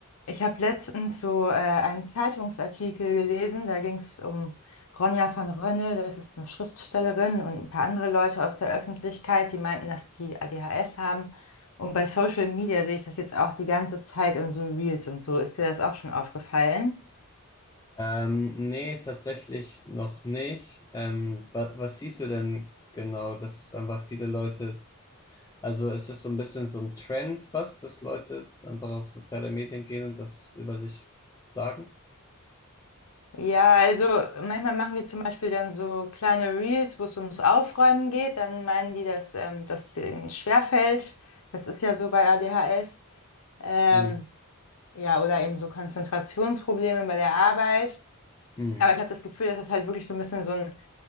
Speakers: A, on the left; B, on the left.
A: Ich habe letztens so äh, einen Zeitungsartikel gelesen, da ging es um Ronja von Rönne, das ist eine Schriftstellerin und ein paar andere Leute aus der Öffentlichkeit, die meinten, dass die ADHS haben. Und bei Social Media sehe ich das jetzt auch die ganze Zeit in so Reels und so. Ist dir das auch schon aufgefallen?
B: Ähm, nee, tatsächlich noch nicht. Ähm, wa was siehst du denn genau, dass einfach viele Leute, also ist es ist so ein bisschen so ein Trend fast, dass Leute einfach auf soziale Medien gehen und das über sich sagen?
A: Ja, also manchmal machen die zum Beispiel dann so kleine Reels, wo es ums Aufräumen geht. Dann meinen die, dass ähm, das denen schwerfällt. Das ist ja so bei ADHS. Ähm,
B: Mhm.
A: Ja, oder eben so Konzentrationsprobleme bei der Arbeit.
B: Mhm.
A: Aber ich habe das Gefühl, dass das halt wirklich so ein bisschen so ein